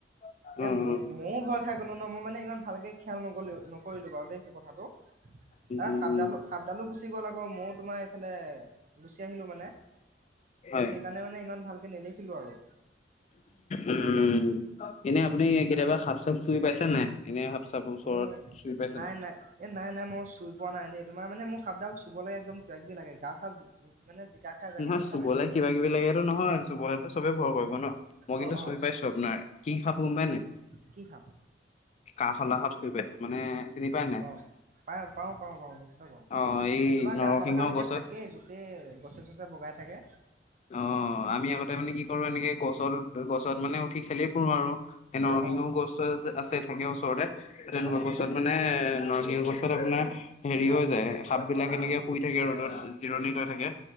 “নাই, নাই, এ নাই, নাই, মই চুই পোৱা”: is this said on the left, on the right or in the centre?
Right